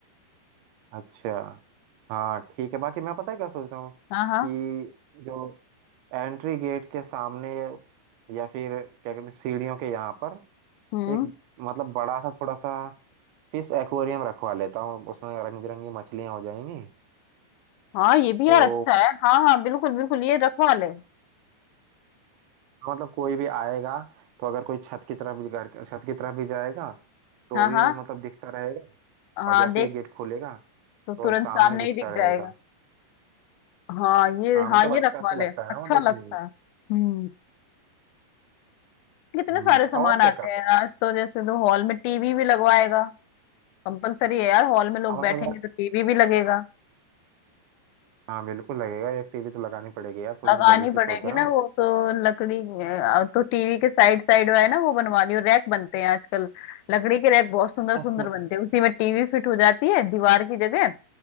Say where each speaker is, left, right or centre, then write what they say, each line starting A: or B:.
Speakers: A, on the right; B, on the left.
A: अच्छा हाँ ठीक है बाकी मैं पता है क्या सोच रहा हूँ
B: हाँ हाँ
A: कि जो एंट्री गेट के सामने या फिर क्या कहते हैं सीढ़ियों के यहाँ पर
B: हम्म
A: एक मतलब बड़ा सा थोड़ा सा फिश एक्वेरियम रखवा लेता हूँ उसमें रंग बिरंगी मछलियाँ हो जाएंगी
B: हाँ ये भी
A: तो
B: यार अच्छा है हाँ हाँ बिल्कुल बिल्कुल ये रखवा ले
A: मतलब कोई भी आएगा तो अगर कोई छत की तरफ भी घर के- छत की तरफ भी जाएगा तो
B: हाँ
A: भी
B: हाँ
A: वो मतलब दिखता रहेगा
B: हाँ
A: और जैसे
B: देख
A: ही गेट खुलेगा
B: तो तुरंत
A: तो सामने
B: सामने
A: दिखता
B: ही दिख
A: रहेगा
B: जाएगा हाँ ये
A: हाँ मतलब
B: हाँ ये
A: अच्छा
B: रखवा
A: सा
B: ले
A: लगता है
B: अच्छा
A: ना वो देखने
B: लगता
A: में
B: है हम्म कितने
A: हम्म
B: सारे सामान
A: और
B: आते
A: क्या कर
B: हैं
A: सकते
B: आज तो जैसे तो हॉल में टीवी भी लगवाएगा कंपलसरी है यार हॉल में लोग
A: हैं हाँ
B: बैठेंगे
A: मतलब यार
B: तो टीवी भी लगेगा
A: हाँ बिल्कुल लगेगा एक टीवी तो लगानी पड़ेगी यार थोड़ी
B: लगानी
A: सी बड़ी सी
B: पड़ेगी
A: सोच रहा
B: ना
A: हूँ
B: वो तो लकड़ी अ, तो टीवी के साइड साइड है ना वो बनवा लियो रैक बनते हैं आजकल लकड़ी के रैक बहुत सुंदर सुंदर
A: अच्छा
B: बनते हैं उसी में टीवी फिट हो जाती है दीवार की जगह